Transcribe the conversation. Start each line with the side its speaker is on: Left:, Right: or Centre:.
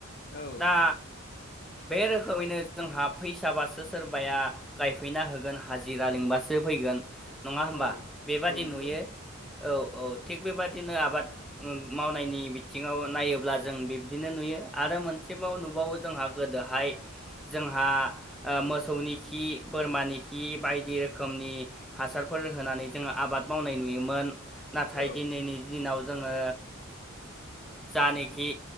Left: औ
Centre: दा बे रोखोमैनो जोंहा फैसाबासो सोरबाया गायफैना होगोन हाजिरा लिंबासो फैगोन नङा होमबा
Left: औ
Centre: बेबादि
Left: औ नंगौ
Centre: नुयो। औ-औ थिग बेबादिनो आबाद मावनायनि बिथिङाव नायोब्ला जों बिब्दिनो नुयो आरो मोनसेबाव नुबावो जोंहा गोदोहाय जोंहा आ मोसौनि खि बोरमानि खि बायदि रोखोमनि हासारफोर होनानै जोङो आबाद मावनाय नुयोमोन। नाथाय
Left: औ
Centre: दिनैनि दिनाव जोङो जानखि